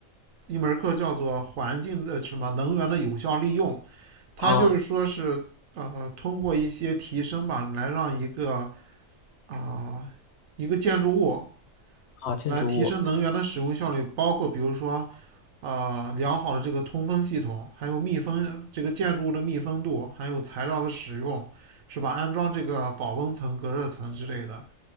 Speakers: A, on the right; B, on the left.
A: 一门课叫做环境的什么能源的有效利用，它就是说是呃通过一些提升吧，
B: 啊
A: 来让一个啊、呃一个建筑物
B: 啊，建筑物，
A: 来提升能源的使用效率，包括比如说呃良好的这个通风系统，还有密封这个建筑物的密封度，还有材料的使用，是吧？安装这个保温层、隔热层之类的，